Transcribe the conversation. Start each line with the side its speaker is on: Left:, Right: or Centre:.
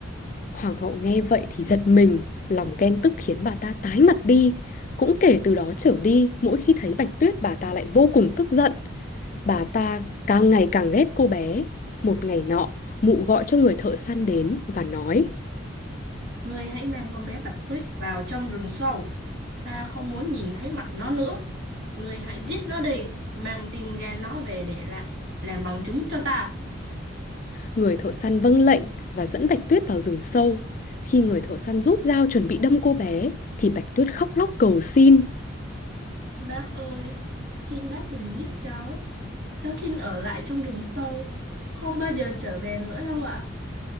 Left: Hoàng hậu nghe vậy thì giật mình, lòng ghen tức khiến bà ta tái mặt đi. Cũng kể từ đó trở đi, mỗi khi thấy Bạch Tuyết bà ta lại vô cùng tức giận. Bà ta càng ngày càng ghét cô bé. Một ngày nọ, mụ gọi cho người thợ săn đến và nói,
Right: Ngươi hãy mang con bé Bạch Tuyết vào trong rừng sâu. Ta không muốn nhìn thấy mặt nó nữa. Ngươi hãy giết nó đi, mang tim gan nó về để lại, làm bằng chứng cho ta.
Left: người thợ săn vâng lệnh và dẫn Bạch Tuyết vào rừng sâu. Khi người thợ săn rút dao chuẩn bị đâm cô bé, thì Bạch Tuyết khóc lóc cầu xin.
Right: Bác ơi, xin bác đừng giết cháu. Cháu xin ở lại trong rừng sâu. Không bao giờ trở về nữa đâu ạ.